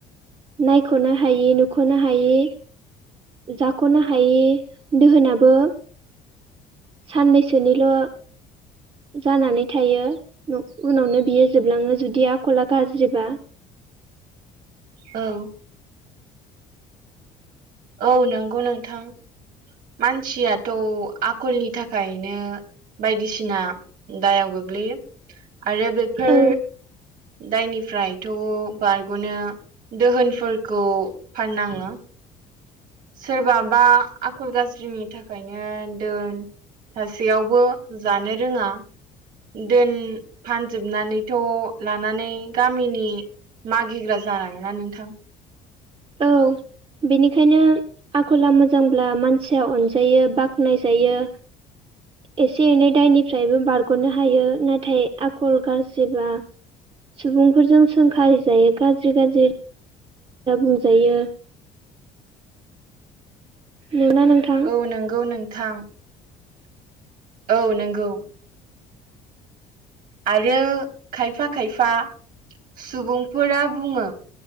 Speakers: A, on the right; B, on the right.
A: नायख'नो हायि नुख'नो हायि जाख'नो हायि दोहोनाबो साननैसोनिल' जानानै थायो उनावनो बियो जोबलाङो जुदि आखला गाज्रिबा
B: औ औ नंगौ नोंथां । मानसियाथ' आखलनि थाखायनो बायदिसिना दायाव गोग्लैयो आरो बेफोर
A: औ
B: दायनिफ्रायथ' बारग'नो दोहोनफोरखौ फाननाङो सोरबाबा आखल गाज्रिनि थाखायनो दोन सासेयावबो जानो रोङा दोन फानजोबनानैथ' लानानै गामिनि मागिग्रा जानाङोना नोंथां
A: औ बेनिखायनो आखला मोजांब्ला मानसिया अनजायो बाख्नायजायो एसे एनै दायनिफ्रायबो बारग'नो हायो नाथाय आखल गाज्रिबा सुबुंफोरजों सोंखारि जायो गाज्रि गाज्रि बुंजायो नंगौना नोंथां
B: औ नंगौ नोंथां । औ नंगौ आरो खायफा खायफा सुबुंफोरा बुङो